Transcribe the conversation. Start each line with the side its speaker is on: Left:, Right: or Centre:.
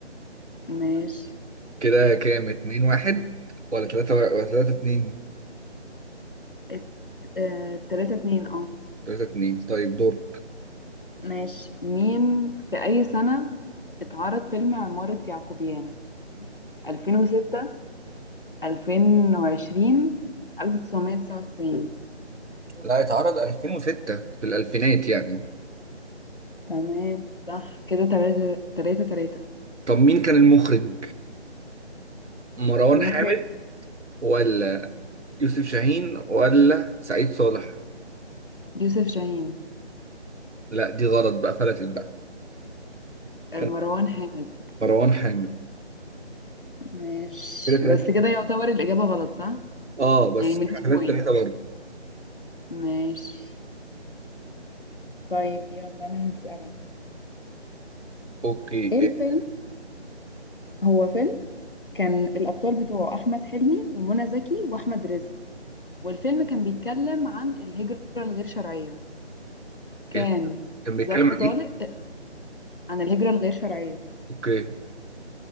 Left: ماشي
Right: كده كام اتنين واحد ولا تلاتة ولا تلاتة اتنين
Left: ات- آه تلاتة اتنين اه
Right: تلاتة اتنين طيب دور
Left: ماشي مين في أي سنة اتعرض فيلم عمارة يعقوبيان 2006 2020 1999
Right: لا اتعرض 2006 في الألفينات يعني
Left: تمام صح كده تلاتة تلاتة تلاتة
Right: طب مين كان المخرج مروان
Left: مخرج
Right: حامد ولا يوسف شاهين ولا سعيد صالح
Left: يوسف شاهين
Right: لا دي غلط بقى فلتت بقى
Left: آه،
Right: كان
Left: مروان حامد
Right: مروان حامد
Left: ماشي
Right: كده تلاتة
Left: بس كده يعتبر الإجابة غلط صح؟
Right: اه بس
Left: يعني ماليش
Right: احنا
Left: بوينت
Right: تلاتة تلاتة برضه
Left: ماشي طيب يلا أنا هسألك
Right: اوكي
Left: إيه
Right: إيه-
Left: الفيلم؟ هو فيلم كان الأبطال بتوعه أحمد حلمي ومنى زكي وأحمد رزق والفيلم كان بيتكلم عن الهجرة الغير شرعية كان
Right: إيه- كان بيتكلم
Left: ظرف
Right: عن
Left: طارق
Right: ايه؟
Left: آه، عن الهجرة الغير شرعية
Right: اوكي